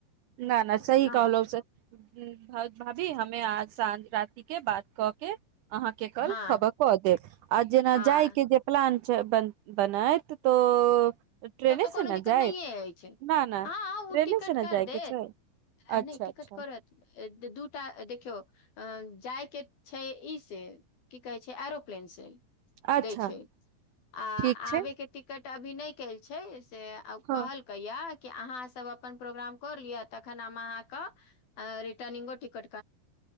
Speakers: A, on the right; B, on the left.
A: न न सही
B: बुझलहुँ
A: कहलौं से। भाव भाभी हमे आज सांझ राति के बात क के अहांके कल
B: हँ
A: खबर क देब, आ जेना
B: हँ
A: जायके जे पलान च बन बनैत तो ट्रेने
B: तब त कोनो
A: से ने
B: दिकत
A: जायब
B: नहिये एछै।
A: न न
B: आ हाँ उ
A: ट्रेने
B: टिकट
A: से
B: क
A: ने
B: कर
A: जायके
B: देत,
A: छै
B: आ
A: अच्छा
B: नय टिकट
A: अच्छा
B: करत दु दुटा देखियौ, अ जाइ के छै इ से की कहै छै आरो प्लेन से
A: अच्छा
B: दै छै आ
A: ठीक छै
B: आबै के टिकट अभी नय कल्ह छै से आ
A: हँ
B: कहल हैया कि अहांसब अपन प्रोग्राम कर लिअ तखन हम अहांक आ रिटर्निगो टिकट